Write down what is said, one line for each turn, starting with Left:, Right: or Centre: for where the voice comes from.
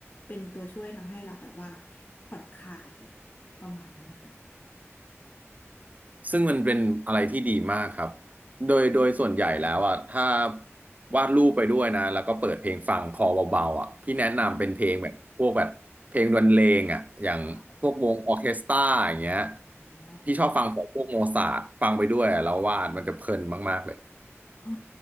Left: เป็นตัวช่วยทำให้เราแบบว่าผ่อนคลาย ประมาณนั้นนะคะ
Right: ซึ่งมันเป็นอะไรที่ดีมากครับ โดยโดยส่วนใหญ่แล้วอ่ะถ้าวาดรูปไปด้วยนะแล้วก็เปิดเพลงฟังคอเบาๆอ่ะพี่แนะนำเป็นเพลงแบบพวกแบบเพลงดนเลงอ่ะอย่างพวกวงออร์เคสตราอย่างเงี้ย
Left: อ๋อค่ะอ๋อ
Right: พี่ชอบฟังของพวกโมซาร์ทฟังไปด้วยแล้ววาดมันจะเพลินมากๆเลย
Left: อ๋อ